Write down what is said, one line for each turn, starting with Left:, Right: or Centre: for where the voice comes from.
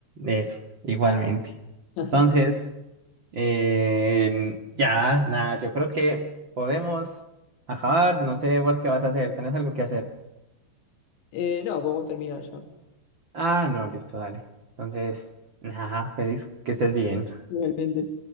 Right: Eso, igualmente.
Left: <laughs>
Right: Entonces, eh, ya, nada, yo creo que podemos acabar. No sé vos qué vas a hacer. ¿Tenés algo que hacer?
Left: Eh, no, podemos terminar ya.
Right: Ah, no, listo, dale. Entonces, nada, feliz, que estés bien.
Left: Realmente.